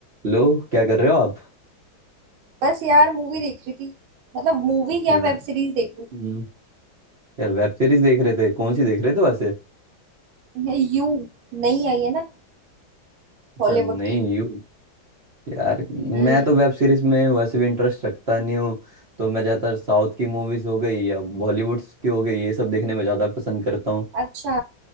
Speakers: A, on the right; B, on the right.
A: लो क्या कर रहे हो आप
B: बस यार मूवी देख रही थी मतलब मूवी या
A: यार
B: वेब सीरीज देख
A: हम्म,
B: रही
A: यार वेब सीरीज देख रहे थे कौन सी देख रहे थे वैसे
B: थी ये यू नई आई है ना
A: अच्छा
B: हॉलीवुड
A: नहीं
B: की
A: यू यार
B: हम्म
A: मैं तो वेब सीरीज में वैसे भी इंटरेस्ट रखता नहीं हूँ तो मैं ज़्यादातर साउथ की मूवीज हो गई या बॉलीवुड की हो गई ये सब देखने में ज़्यादा पसंद करता हूँ
B: अच्छा